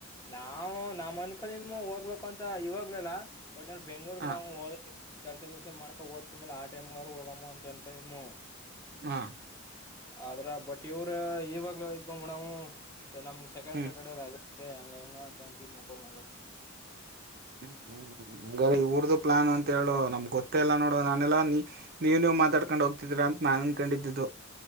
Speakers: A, on the left; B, on the right.
A: ನಾವವು ನಾವ ಮನ್ಕಲ್ಿಂದ ಹೋಗ್ಬೇಕು ಅಂತ ಇವಾಗ್ಲಲ್ಲ ಬಟ್ ಬೆಂಗ್ಳೂರ್
B: ಹ
A: ನಾವು ಕೆಲ್ಸ ಕೆಲ್ಸ ಮಾಡ್ಕೋ ಓದ್ತಿ ಮೇಲೆ ಆ ಟೈಮ್ ಹೋಗಮ್ಮ ಅಂತ ಅಂದಕೊಂಡು
B: ಹಾ
A: ಆದ್ರ ಬಟ್ ಇವ್ರ ಇವಾಗ್ಲೂ ಇದ್ಬಮ್ಮ ನಾವು ನಮ್ಗ್ ಸೆಕೆಂಡ್
B: ಹ್ಮ್
A: ಆಗುತ್ತೆ ಹಂಗ ಹೆಂಗ ಅಂತ ಅಂತಿದ್ನ ಅಪ್ಪ ಮಲಸ
B: ಹ್ಮ್ ಹ್ಮ್ ಇಊರದ ಪ್ಲಾನ್ ಅಂತ ಹೇಳು ನಮ್ಗ್ ಗೊತ್ತ ಎಲ್ಲಾ ನೋಡುವ ನಾನೆಲ್ಲ ನೀ ನೀವನು ಮಾತಾಡ್ಕೊಂಡ್ ಹೋಗ್ತಿದ್ದೀರಾ ಅಂತ ನಾನನ್ ಅನ್ ಕಂಡಿದ್ದಿದ್ದು